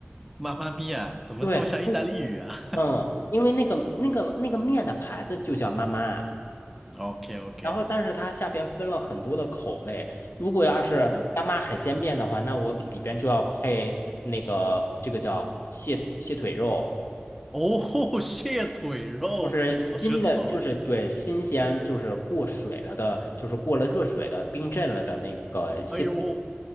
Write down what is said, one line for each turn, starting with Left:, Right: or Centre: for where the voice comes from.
Centre: 妈妈咪呀，怎么这么像意大利语啊
Left: 对，那个。嗯，因为那个那个那个面的牌子就叫妈妈，
Centre: <laughs>？OK OK，
Left: 然后但是它下边分了很多的口味。如果要是妈妈海鲜面的话，
Centre: 嗯，
Left: 那我里边就要配那个这个叫蟹蟹腿肉，
Centre: 哦，<laughs> 蟹腿肉，
Left: 就是新的，
Centre: 好奢侈哦。
Left: 就是对新鲜，就是过水了的，就是过了热水的冰镇了的那个蟹腿
Centre: 哎呦，